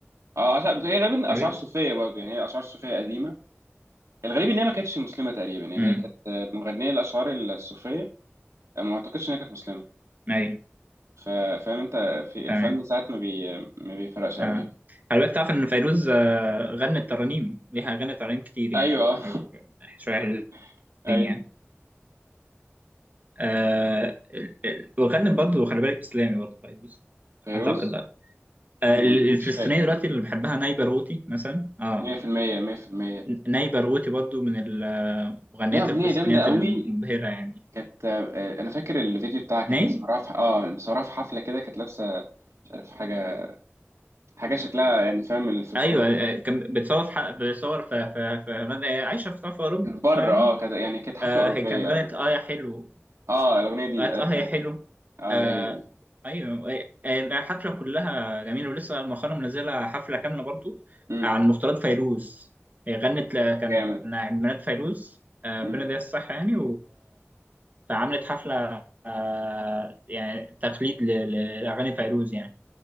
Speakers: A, on the right (about 85°); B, on the right (about 35°).
A: اه أشع- هي غالبا
B: ايوه
A: اشعار صوفيه برضه يعني هي اشعار صوفيه قديمه الغريب ان هي ما كانتش مسلمه تقريبا يعني
B: امم
A: هي كانت مغنيه الاشعار الصوفيه ما اعتقدش ان هي كانت مسلمه
B: ايوه
A: ف- فاهم انت في الفن
B: تمام
A: ساعات ما بي ما بيفرقش قوي
B: اه
A: يعني
B: خلي بالك تعرف ان فيروز آه، غنت ترانيم ليها اغاني ترانيم كتير يعني
A: ايوه اه
B: او شويه حلوين
A: <laughs> ايوه
B: يعني آه ال- ال- وغنت برضه خلي بالك اسلامي برضه فيروز
A: فيروز
B: اعتقد آه. آه،
A: م-
B: الفلسطينيه
A: مش فاكر
B: دلوقتي اللي بحبها نايبه روتي مثلا اه
A: 100% 100%
B: ناي باروتي برضو من المغنيات
A: ليها اغنيه
B: الفلسطينيات
A: جامده قوي
B: المبهرة يعني
A: كانت آه، انا فاكر الفيديو بتاعها كانت
B: ناي
A: مسهرة في اه مسهرة في حفله كده كانت لابسه مش عارف حاجه حاجه شكلها يعني فاهم الفلكلور
B: ايوه آه، كان بتصور في حق- بتصور في في في هولندا هي عايشة في في اوروبا
A: كانت بره
B: يعني
A: اه كانت يعني كانت حفله
B: آه،
A: اوروبيه
B: هي كان غنت
A: آه.
B: اه يا حلو
A: اه الاغنيه دي
B: غنت
A: ايوه
B: اه
A: فاهم
B: يا حلو
A: ايوه
B: آه
A: هي دي
B: ايوه آه، آه، الحفلة كلها جميلة ولسه مؤخرا منزلة حفلة كاملة برضو
A: امم
B: عن مختارات فيروز هي غنت ل- كان
A: جامد
B: عيد ميلاد فيروز آه،
A: امم
B: ربنا يديها الصحة يعني فعملت حفلة آه، يعني تقليد ل- لأغاني فيروز يعني